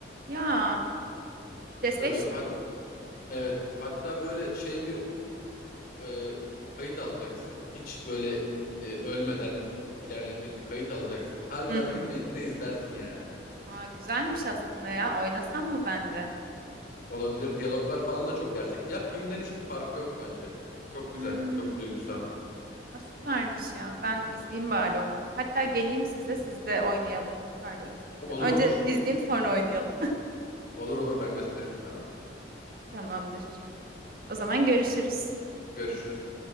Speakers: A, on the right; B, on the left.
A: Ya, PlayStation
B: Tabii hat
A: mı?
B: evet. Hatta böyle şey bir e, kayıt alacaksın. Hiç böyle e, ölmeden ilerlediğin bir kayıt alacaksın. Harbiden
A: Hı hı.
B: film niyetine izlersin yani.
A: Aa, güzelmiş aslında ya. Oynasam mı ben de?
B: Olabilir. Diyaloglar falan da çok gerçekçi. Ya filmden hiçbir farkı yok bence. Çok güzel,
A: Hmm.
B: çok duygusal.
A: Aa, süpermiş ya. Ben izleyeyim bari onu. Hatta geleyim size siz de oynayalım. Pardon izleyeyim
B: Olur
A: diyorum. Önce
B: olur.
A: izleyeyim sonra oynayalım.
B: Olur olur ben gösteririm sana.
A: <laughs> Tamamdır. O zaman görüşürüz.
B: Görüşürüz.